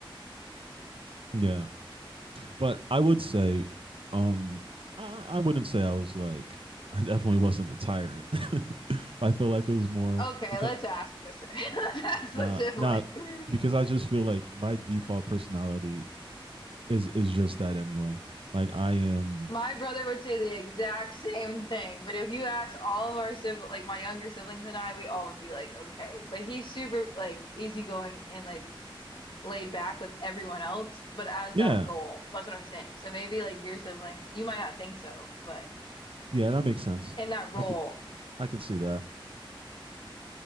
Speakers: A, on the right; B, on the left.
A: Yeah. But I would say, um, I, I wouldn't say I was like I definitely wasn't a tyrant. <laughs> I feel like it was more
B: Okay,
A: because
B: let's ask this. <laughs> Let's ask
A: not
B: the
A: nah,
B: sibling.
A: not nah, because I just feel like my default personality is is just that anyway. Like I am,
B: My brother would say the exact same thing, but if you ask all of our siblings, like my younger siblings and I, we all would be like, okay. But he's super like easygoing and like laid back with everyone else, but as
A: yeah,
B: that role, that's what I'm saying. So maybe like your siblings, you might not think so, but
A: yeah, that makes sense.
B: in that role,
A: I could I could see that.